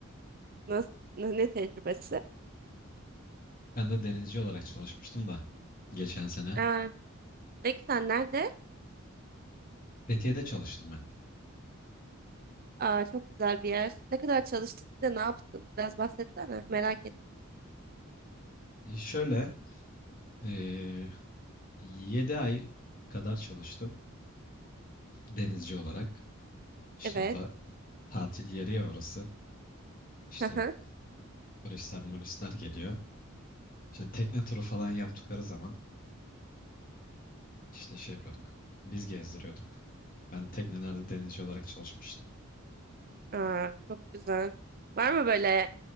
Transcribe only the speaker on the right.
Nasıl, ne, ne tecrübesi?
Aa, ne güzel. Nerede?
Aa, çok güzel bir yer. Ne kadar çalıştın? Bir de ne yaptın? Biraz bahsetsene. Merak et.
Evet.
Aha.
Aa, çok güzel. Var mı böyle